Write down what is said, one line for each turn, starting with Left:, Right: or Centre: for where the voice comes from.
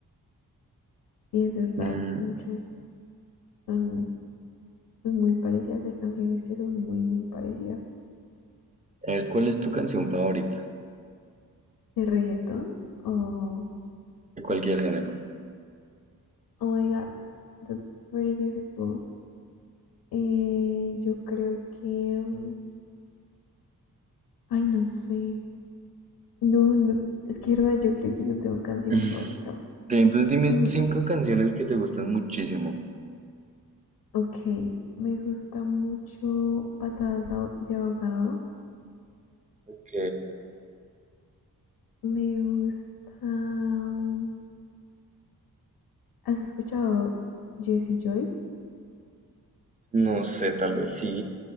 Left: sí, es verdad,
Right: Mm,
Left: muchas son, son muy parecidas, hay canciones que son muy, muy parecidas.
Right: a ver, ¿cuál es tu canción favorita?
Left: ¿De reggaetón? Oh,
Right: De cualquier género.
Left: oh my god, that's very difficult. Eh, yo creo que... mm, Ay, no sé. No, no, es que verdad, yo creo que no tengo canción
Right: <laughs>
Left: favorita.
Right: Ok, entonces dime
Left: Mm,
Right: cinco canciones que te gustan muchísimo.
Left: ok, me gusta mucho Patadas de Ahogado.
Right: Ok,
Left: Me gusta. mm, ¿Has escuchado Jessie Joy?
Right: no sé, tal vez sí.